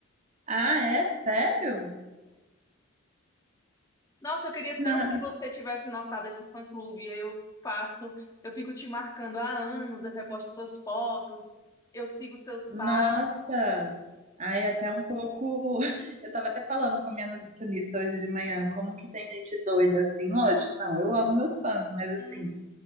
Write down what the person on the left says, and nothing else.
Nossa, eu queria
tanto que
você tivesse notado esse fã-clube. Eu faço, eu fico te marcando há anos, eu reposto suas fotos, eu sigo seus
passos.
Hum,